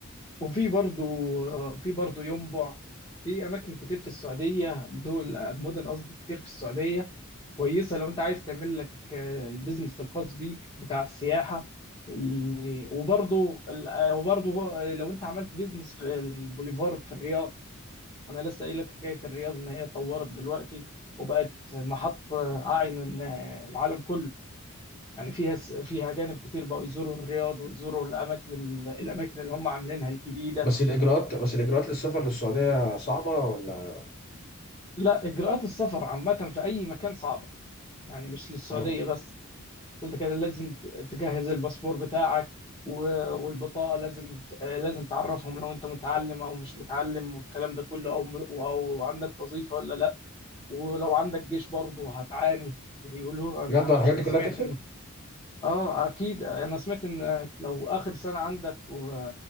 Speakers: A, on the left; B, on the left.
A: وفي برضو في برضو ينبع في اماكن كتير في السعوديه دول مدن قصدي كتير في السعوديه كويسه لو انت عايز تعمل لك آه، البيزنس الخاص بيك بتاع السياحه ال- وبرضو ال- آه، وبرضو آه، لو انت عملت بيزنس في البوليفارد في الرياض انا لسه قايل لك حكايه الرياض ان هي اتطورت دلوقتي وبقت محط آه، اعين آه، العالم كله يعني فيها فيها اجانب كتير بقوا يزوروا الرياض ويزوروا الاماكن الاماكن اللي هم عاملينها الجديده
B: بس الاجراءات بس الاجراءات للسفر للسعوديه صعبه ولا؟
A: لا اجراءات السفر عامه في اي مكان صعبه يعني مش للسعوديه
B: مم.
A: بس قلت كده لازم ت- تجهز الباسبور بتاعك و- والبطاقه لازم ت- لازم تعرفهم لو انت متعلم او مش متعلم والكلام ده كله او م- او عندك وظيفه ولا لا ولو عندك جيش برضه هتعاني بيقولوا انا
B: بجد
A: ما اعرفش
B: هو الحاجات
A: انا
B: دي
A: سمعت
B: كلها تفرق
A: ان اه اكيد انا سمعت ان لو اخر سنه عندك و...